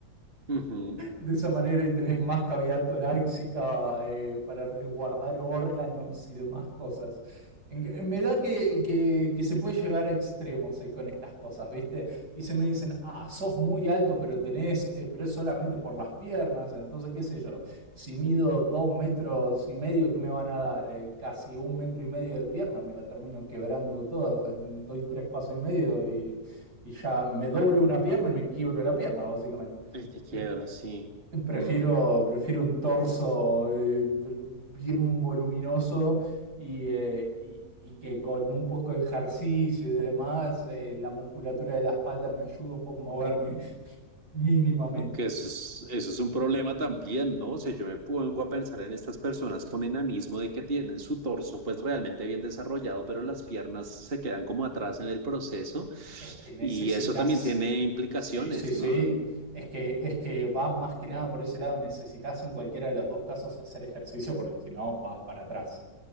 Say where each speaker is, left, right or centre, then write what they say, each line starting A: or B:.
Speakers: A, on the right; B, on the right.
A: Ujú.
B: de esa manera y tenés más cavidad torácica eh, para resguardar órganos y demás cosas. En- en- me da que, que- que se puede llegar a extremos eh, con estas cosas, ¿viste? Y se me dicen, ah, sos muy alto, pero tenés, eh, pero es solamente por las piernas, entonces qué sé yo, si mido dos metros y medio, ¿qué me van a dar? Eh, casi un metro y medio de pierna, me la termino quebrando toda, o sea, doy tres pasos y medio y, y ya me doblo una pierna y me quiebro la pierna, básicamente.
A: Ahí te quiero,
B: Eh,
A: sí. Mm.
B: Prefiero, prefiero un torso eh, bien voluminoso y, eh, y- y que con un poco de ejercicio y demás, eh, la musculatura de la espalda me ayuda un poco a moverme <laughs> mínimamente.
A: Que eso es, eso es un problema también, ¿no? O sea, yo me pongo a pensar en estas personas con enanismo de que tienen su torso pues realmente bien desarrollado, pero las piernas se quedan como atrás en el proceso
B: Es que necesitas,
A: y eso también tiene implicaciones,
B: sí, sí, sí,
A: ¿no?
B: es que, es que va más que nada por ese lado, necesitas en cualquiera de los dos casos hacer ejercicio porque si no vas para atrás.